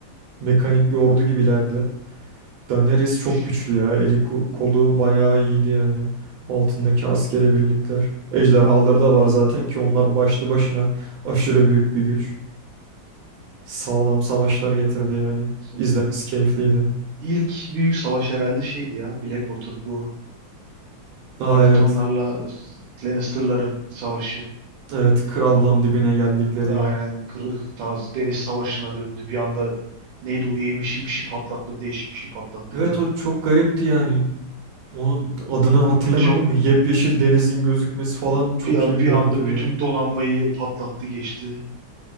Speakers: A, on the right (about 80°); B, on the right (about 70°).
A: mekanik bir ordu gibilerdi. Daenerys çok
B: Ş-
A: güçlü ya. Eli ku- kolu bayağı iyiydi yani. Altındaki askere birlikler. Ejderhaları da var zaten ki onlar başlı başına aşırı büyük bir güç. Sağlam savaşlar getirdi yani.
B: işte
A: İzlemesi keyifliydi.
B: İlk büyük savaş herhalde şeydi ya. Blackwater bu
A: Aa
B: Baratheonlarla
A: evet.
B: e, Lannister'ların savaşı.
A: Evet, krallığın dibine
B: Bu
A: geldikleri
B: aynen
A: yer.
B: kırık Tağız Deniz Savaşı'na döndü. Bir anda neydi o yemişil bir şey patlattı. Değişik bir şey patlattıydı.
A: Evet o çok garipti yani. Onun adını hatırlamıyorum
B: Bütün
A: ama yepyeşil denizin gözükmesi falan
B: bir,
A: çok iyi bir
B: bir
A: görüntüydü.
B: anda bütün donanmayı patlattı geçti.